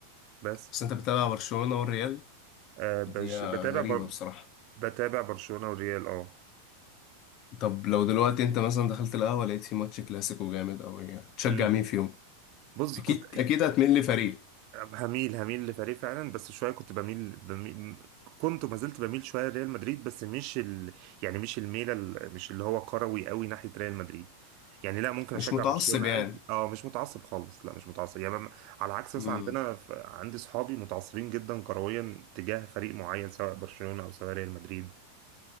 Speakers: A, on the right; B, on the left.
A: بس
B: بس انت بتتابع برشلونة والريال
A: أه بش
B: دي
A: بتابع
B: غريبة
A: بر...
B: بصراحة
A: بتابع برشلونة والريال اه
B: طب لو دلوقتي انت مثلا دخلت القهوة لقيت في ماتش كلاسيكو جامد أوي تشجع
A: مم.
B: مين فيهم؟
A: بص
B: أكيد
A: كنت
B: أكيد هتميل لفريق
A: هميل هميل لفريق فعلا بس شويه كنت بميل, بميل كنت وما زلت بميل شويه لريال مدريد بس مش ال... يعني مش الميله ال- مش اللي هو كروي قوي ناحيه ريال مدريد يعني لا ممكن
B: مش
A: اشجع
B: متعصب
A: برشلونه
B: يعني
A: عادي اه مش متعصب خالص لا مش متعصب يعني بم- على عكس مثلا
B: امم
A: عندنا ف... عندي صحابي متعصبين جدا كرويا تجاه فريق معين سواء برشلونه او سواء ريال مدريد